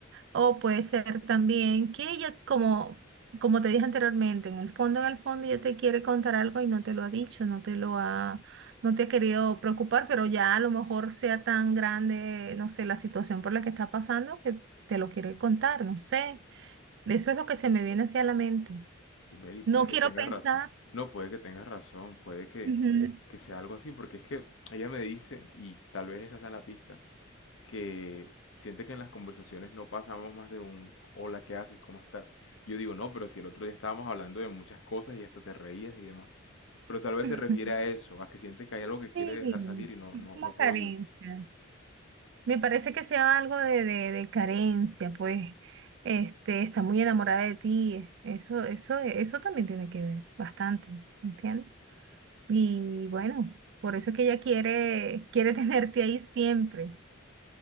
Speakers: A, on the right; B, on the left.
A: o puede ser también que ella, como, como te dije anteriormente, en el fondo, en el fondo, ella te quiere contar algo y no te lo ha dicho, no te lo ha, no te ha querido preocupar, pero ya a lo mejor sea tan grande, no sé, la situación por la que está pasando que te lo quiere contar, no sé. Eso es lo que se me viene hacia la mente.
B: Y Mary, puede
A: No quiero
B: que tengas
A: pensar.
B: razón. No, puede que tengas razón, puede que,
A: ujú.
B: que sea algo así, porque es que ella me dice, y tal vez esa sea la pista, que siente que en las conversaciones no pasamos más de un hola, ¿qué haces? ¿Cómo estás? Y yo digo, no, pero si el otro día estábamos hablando de muchas cosas y hasta te reías y demás. Pero tal vez
A: <laughs>
B: se refiere a eso, a que siente que hay algo que
A: Sí,
B: quiere dejar salir y no,
A: es
B: no,
A: como
B: no ha
A: carencia.
B: podido.
A: Me parece que sea algo de, de, de carencia, pues, este, está muy enamorada de ti. Eso, eso, eso también tiene que ver bastante, ¿entiendes? Y bueno, por eso es que ella quiere, quiere <laughs> tenerte ahí siempre.